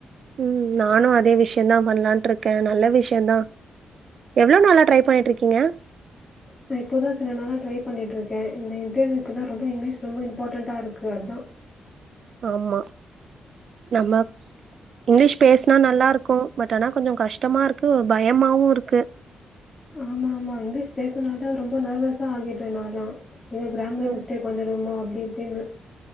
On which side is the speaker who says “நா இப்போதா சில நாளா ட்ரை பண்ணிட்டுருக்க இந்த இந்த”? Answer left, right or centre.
Left